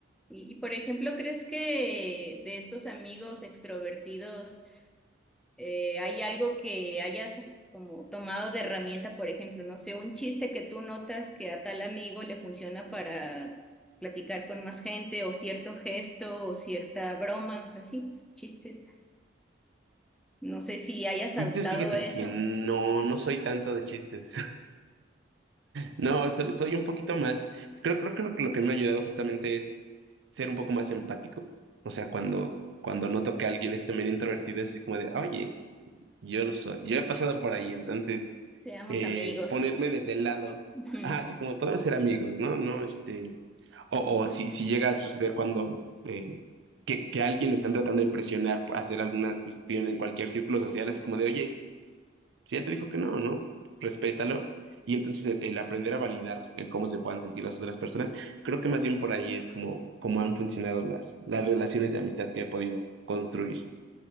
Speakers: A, in the centre; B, on the right.
A: Y, y, por ejemplo, ¿crees que de estos amigos extrovertidos Eh, ¿hay algo que hayas como tomado de herramienta, por ejemplo, no sé, un chiste que tú notas que a tal amigo le funciona para platicar con más gente, o cierto gesto, o cierta broma, o sea, sí, chistes. No sé si hayas adoptado
B: Y dices, fíjate
A: eso.
B: que no, no soy tanto de chistes. No, soy, soy un poquito más. Creo, creo que lo, lo que me ha ayudado justamente es ser un poco más empático. O sea,
A: Claro.
B: cuando, cuando noto que alguien es también introvertido, es así como de, "Ah, oye, yo lo soy, yo he pasado por ahí, entonces
A: Seamos
B: eh,
A: amigos.
B: ponerme desde el lado.
A: Ujú.
B: Ah, así como podemos ser amigos, ¿no? No, este. O, o si, si llega a suceder cuando eh, que, que alguien lo están tratando de presionar por hacer alguna cuestión en cualquier círculo social, así como de, oye, si ya te dijo que no, ¿no? Respétalo. Y entonces el, el aprender a validar el cómo se puedan sentir las otras personas, creo que más bien por ahí es como, como han funcionado las, las relaciones de amistad que he podido construir.